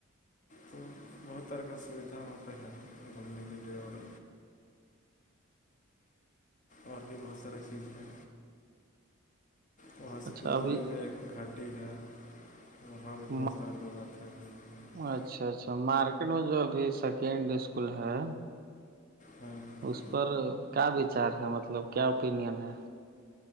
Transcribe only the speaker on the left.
تو بہت طرح کا سویدھا وہاں پہ ہے گھومنے کے لیے اور اور بھی بہت ساریے چیز ہیں وہاں سے
کچھ
دوری میں ایک گھاٹ ٹھیک ہے وہاں
بھی بہت سارے لوگ آتے ہیں گھومنے کے لیے
ہاں